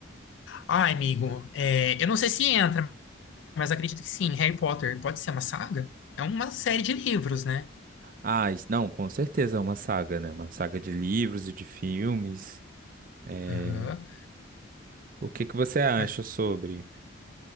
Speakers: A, on the left; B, on the right.
A: Ai, amigo, é, eu não sei se entra, Mas acredito que sim, Harry Potter pode ser uma saga? É uma série de livros, né?
B: Ah, isso- não, com certeza é uma saga, né? Uma saga de livros e de filmes. Eh,
A: Aham.
B: O que que você acha
A: Mas,
B: sobre?